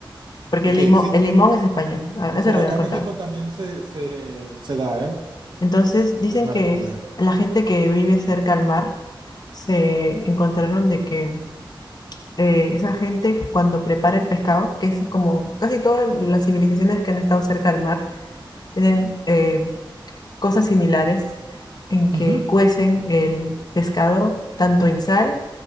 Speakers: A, on the left; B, on the right.
A: porque
B: Ok,
A: el limón,
B: sí,
A: el limón es español. Ah, Eso
B: Por
A: es lo
B: acá
A: que nos contaba.
B: en México también se, se, se da, ¿eh?
A: Entonces dicen
B: El maracuyá.
A: que la gente que vive cerca al mar se encontraron de que eh, esa gente cuando prepara el pescado, que es como casi todas las civilizaciones que han estado cerca del mar, tienen eh, cosas similares en
B: Ujú.
A: que cuecen el pescado tanto en sal